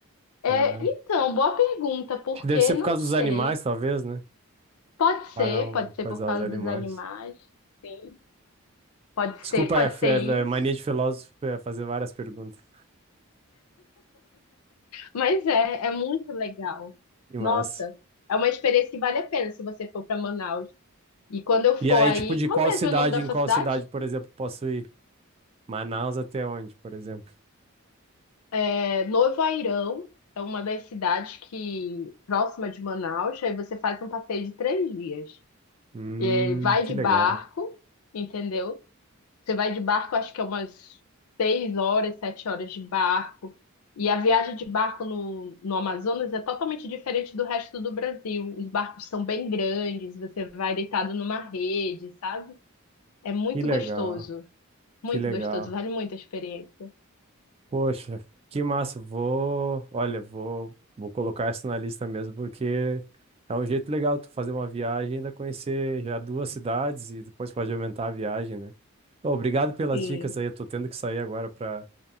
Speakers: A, on the left; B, on the right.
A: É,
B: Lá.
A: então, boa pergunta, porque
B: Acho que deve ser
A: não
B: por causa
A: sei.
B: dos animais, talvez, né?
A: Pode ser,
B: Para não
A: pode ser
B: coisar
A: por causa
B: os animais.
A: dos animais. Sim. Pode
B: Desculpa,
A: ser, pode
B: é, é-
A: ser isso.
B: é mania de filósofo é fazer várias perguntas.
A: Mas é, é muito legal.
B: Que massa.
A: Nossa, é uma experiência que vale a pena se você for para Manaus. E quando eu for
B: E aí,
A: aí,
B: tipo, de
A: qual
B: qual
A: mesmo
B: cidade
A: é o nome da
B: em
A: sua
B: qual
A: cidade?
B: cidade, por exemplo, posso ir? Manaus até onde, por exemplo?
A: É Novo Airão, é uma das cidades que próxima de Manaus. Aí você faz um passeio de três dias.
B: Hum,
A: É, vai
B: que
A: de
B: legal.
A: barco, entendeu? Você vai de barco, acho que é umas seis horas, sete horas de barco. E a viagem de barco no, no Amazonas é totalmente diferente do resto do Brasil. Os barcos são bem grandes, você vai deitado numa rede, sabe? É muito
B: Que legal.
A: gostoso, muito
B: Que legal.
A: gostoso, vale muito a experiência.
B: Poxa, que massa. Vou, olha, vou, vou colocar essa na lista mesmo, porque é um jeito legal tu fazer uma viagem e ainda conhecer já duas cidades e depois pode aumentar a viagem, né? Ô, obrigado pelas
A: Sim.
B: dicas aí. Eu tô tendo que sair agora para